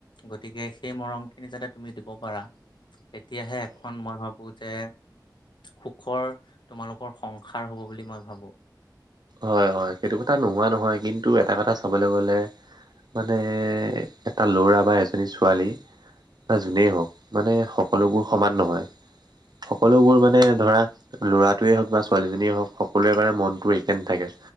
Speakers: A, on the left (about 85°); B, on the right (about 65°).
A: গতিকে সেই মৰম খিনি যাতে তুমি দিব পাৰা। তেতিয়াহে এখন মই ভাবো যে সুখৰ তোমালোকৰ সংসাৰ হ'ব বুলি মই ভাবো।
B: হয়, হয় সেইটো কথা নোহোৱা নহয় কিন্তু এটা কথা চাবলৈ গ'লে মানে এটা ল'ৰা বা এজনী ছোৱালী বা যোনে হওঁক মানে সকলোবোৰ সমান নহয়। সকলোবোৰ মানে ধৰা ল'ৰাটোৱে হওক বা ছোৱালীজনীয়ে হওক সকলোৰে মানে মনত এক নথাকে